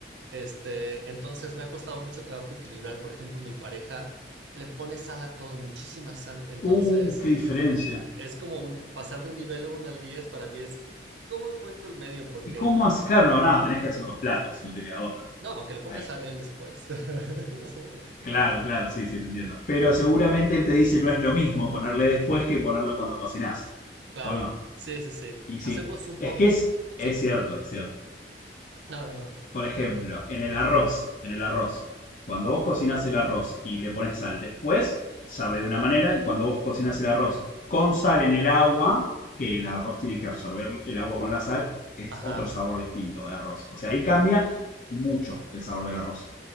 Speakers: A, on the right; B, on the left.
A: Este, entonces me ha costado mucho trabajo equilibrar. Por ejemplo, mi pareja le pone sal a todo, muchísima sal. Entonces,
B: Uh, qué diferencia.
A: es como un, pasar de un nivel uno al 10 para mí es, ¿cómo encuentro el medio? Porque
B: ¿Y cómo haces? Claro, no, nada, no, tenés que hacer dos platos, no te queda otra.
A: No, que le pongas
B: Ahí.
A: a él después. <laughs>
B: Claro, claro, sí, sí, te entiendo. Pero seguramente él te dice no es lo mismo ponerle después que ponerlo cuando cocinás.
A: Claro,
B: ¿O no?
A: sí, sí, sí.
B: Y sí.
A: Hacemos un
B: Es
A: poco,
B: que es,
A: sí.
B: es cierto, es cierto.
A: No, no,
B: Por
A: no.
B: ejemplo,
A: Eh,
B: en el arroz, en el arroz. Cuando vos cocinás el arroz y le pones sal después, sabe de una manera. Y cuando vos cocinás el arroz con sal en el agua, que el arroz tiene que absorber el agua con la sal, es
A: ajá,
B: otro sabor distinto de arroz. O sea, ahí cambia mucho el sabor del arroz,